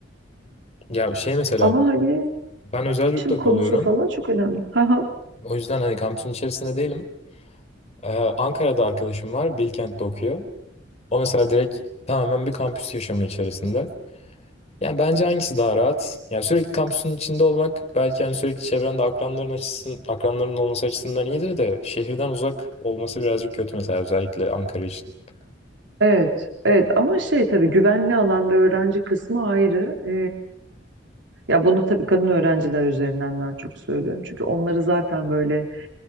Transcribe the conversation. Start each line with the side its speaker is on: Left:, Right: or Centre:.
Left: Ya şey mesela
Right: Ama hani
Left: ben özel yurtta
Right: şimdi konusu
Left: kalıyorum.
Right: falan çok önemli. <laughs> Haha.
Left: O yüzden hani kampüsün içerisinde değilim. Ee, Ankara'da arkadaşım var. Bilkent'te okuyor. O mesela direkt tamamen bir kampüs yaşamı içerisinde. Yani bence hangisi daha rahat? Yani sürekli kampüsün içinde olmak belki hani sürekli çevrende akranların açısın, akranların olması açısından iyidir de şehirden uzak olması birazcık kötü mesela özellikle Ankara için. <laughs>
Right: Evet, evet ama şey tabii güvenli alanda öğrenci kısmı ayrı. Ee, ya bunu tabii kadın öğrenciler üzerinden daha çok söylüyorum. Çünkü onları zaten böyle